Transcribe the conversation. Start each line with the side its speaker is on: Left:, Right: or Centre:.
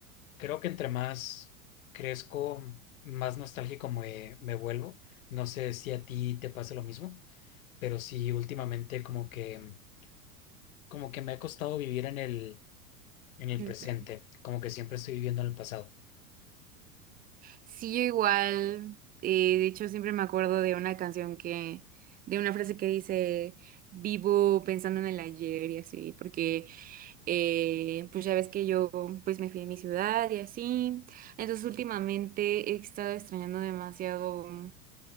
Left: creo que entre más crezco, más nostálgico me, me vuelvo. No sé si a ti te pasa lo mismo, pero sí últimamente como que, como que me ha costado vivir en el, en el
Right: Mm,
Left: presente,
Right: pues,
Left: como que siempre estoy viviendo en el pasado.
Right: Sí, yo igual, eh, de hecho siempre me acuerdo de una canción que, de una frase que dice, vivo pensando en el ayer y así, porque eh, pues ya ves que yo pues me fui de mi ciudad y así, entonces últimamente he estado extrañando demasiado.